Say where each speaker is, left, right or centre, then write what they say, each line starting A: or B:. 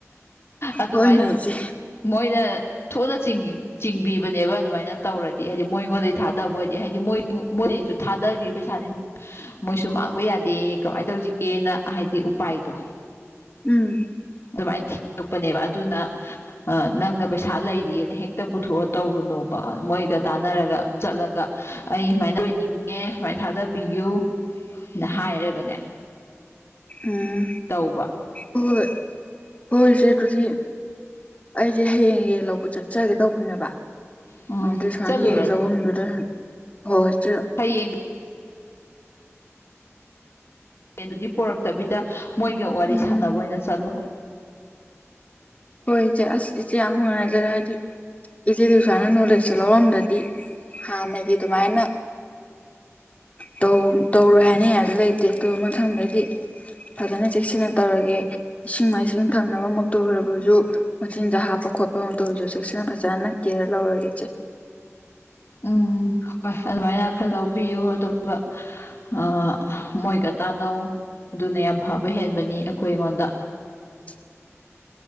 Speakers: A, on the left; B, on the left.
A: ꯑꯗꯨꯃꯥꯏꯅ
B: ꯍꯣꯏꯅꯦ ꯏꯆꯦ
A: ꯃꯣꯏꯅ ꯊꯨꯅ ꯆꯤꯡꯒꯤ ꯆꯤꯡꯕꯤꯕꯅꯦꯕ ꯑꯗꯨꯃꯥꯏꯅ ꯇꯧꯔꯗꯤ ꯍꯥꯏꯗꯤ ꯃꯣꯏꯉꯣꯟꯗꯩ ꯊꯥꯗꯕ ꯑꯣꯏꯔꯗꯤ ꯍꯥꯏꯗꯤ ꯃꯣꯏ ꯃꯣꯏꯗꯩꯖꯨ ꯊꯥꯗꯒ꯭ꯔꯤ ꯄꯩꯁꯥꯅꯤꯅ ꯃꯣꯏꯁꯨ ꯃꯥꯡꯕ ꯌꯥꯗꯦ ꯀꯃꯥꯏ ꯇꯧꯁꯤꯒꯦꯅ ꯍꯥꯏꯗꯤ ꯎꯄꯥꯏꯗꯣ
B: ꯎꯝ
A: ꯑꯗꯨꯃꯥꯏꯟ ꯊꯤꯔꯛꯄꯅꯦꯕ ꯑꯗꯨꯅ ꯑ ꯅꯪꯅ ꯄꯩꯁꯥ ꯂꯩꯔꯦꯅ ꯍꯦꯛꯇ ꯄꯨꯊꯣꯛꯑ ꯇꯧꯔꯨꯅꯣ ꯕ ꯃꯣꯏꯒ ꯇꯥꯟꯅꯔꯒ ꯆꯠꯂꯒ ꯑꯩ ꯁꯨꯃꯥꯏꯅ ꯑꯣꯏꯅꯤꯡꯉꯦ ꯁꯨꯃꯥꯏ ꯊꯥꯗꯕꯤꯌꯨ ꯅ ꯍꯥꯏꯔꯒꯅꯦ
B: ꯎꯝ
A: ꯇꯧꯕ
B: ꯍꯣꯏ ꯍꯣꯏ ꯢꯆꯦ ꯗꯨꯗꯤ ꯑꯩꯖꯦ ꯍꯌꯦꯡ ꯌꯦꯜ ꯂꯧꯕ ꯆꯠꯆꯒꯦ ꯇꯧꯕꯅꯦꯕ
A: ꯎꯝ
B: ꯑꯗꯨꯗ ꯁꯨꯃꯥꯏꯅ
A: ꯆꯠꯂꯨꯔꯅꯨ
B: ꯌꯦꯟ ꯂꯧꯕꯝꯗꯨꯗ ꯁꯨꯝ ꯍꯣꯏ ꯢꯆꯦ
A: ꯍꯌꯦꯡ ꯌꯦꯟꯗꯨꯗꯤ ꯄꯣꯔꯛꯇꯕꯤꯗ ꯃꯣꯏꯒ ꯋꯥꯔꯤ
B: ꯎꯝ
A: ꯁꯥꯟꯅꯕ ꯑꯣꯏꯅ ꯆꯠꯂꯨ
B: ꯍꯣꯏ ꯏꯆꯦ ꯑꯁ ꯏꯆꯦ ꯌꯥꯝ ꯅꯨꯡꯉꯥꯏꯖꯔꯦ ꯍꯥꯏꯗꯤ ꯏꯆꯦꯗꯒꯤ ꯁꯨꯃꯥꯏꯅ ꯅꯣꯂꯦꯖꯁꯦ ꯂꯧꯔꯝꯗ꯭ꯔꯗꯤ ꯍꯥꯟꯅꯒꯤ ꯗꯨꯃꯥꯏꯅ ꯇꯧ ꯇꯧꯔꯣꯏ ꯍꯥꯏꯅꯤꯡꯉꯥꯏꯖꯨ ꯂꯩꯇꯦ ꯑꯗꫭ ꯃꯊꯪꯗꯒꯤ ꯐꯖꯅ ꯆꯦꯛꯁꯤꯟꯅ ꯇꯧꯔꯒꯦ ꯏꯁꯤꯡ ꯃꯥꯏꯁꯤꯡ ꯊꯛꯅꯕ ꯃꯛꯇ ꯑꯣꯏꯔꯕ ꯖꯨ ꯃꯆꯤꯟꯖꯥꯛ ꯍꯥꯞꯄ ꯈꯣꯠꯄ ꯃꯛꯇꯑꯣꯏꯖꯨ ꯆꯦꯛꯁꯤꯟꯅ ꯐꯖꯅ ꯀꯤꯌꯔ ꯂꯧꯔꯒꯦ ꯏꯆꯦ
A: ꯎꯝ ꯍꯣꯏ ꯑꯗꯨꯃꯥꯏꯅ ꯈꯔ ꯂꯧꯕꯤꯌꯨ ꯑꯗꯨꯒ ꯑꯥ ꯃꯣꯏꯒ ꯇꯥꯟꯅꯧ ꯑꯗꯨꯅ ꯌꯥꯝ ꯐꯕ ꯍꯦꯟꯕꯅꯤ ꯑꯩꯈꯣꯏ ꯉꯣꯟꯗ
B: <inaudible>